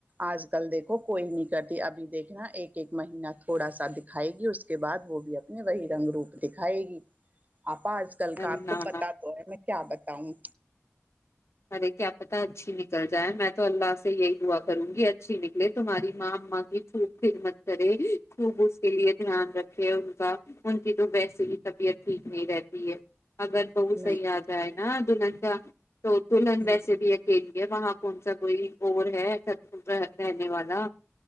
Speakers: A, on the right (about 35°); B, on the left (about 65°).
A: آج کل دیکھو کوئی نہیں کرتی ابھی دیکھنا ایک ایک مہینہ تھوڑا سا دکھائے گی اس کے بعد وہ بھی اپنے وہی رنگ روپ دکھائے گی آپا آج کل
B: نہ
A: کا آپ کو پتا
B: نہ
A: تو ہے میں کیا بتاؤں
B: ارے کیا پتا اچھی نکل جائے میں تو اللہ سے یہی دعا کروں گی اچھی نکلے تمہاری ماں ااں کی خوب خدمت کرے خوب اس کے لیے دھیان رکھے ان کا ان کی <unintelligible> تو ویسے ہی طبیعت ٹھیک نہیں رہتی ج <unintelligible> آگاد بہ
A: نہیں
B: سئی آ ہے ن ا ننگ <unintelligible> دلہن
A: نہیں
B: ویسے
A: یہ
B: بھی اکیلی وہاں کون سا کوئی اور ہے رہنے والا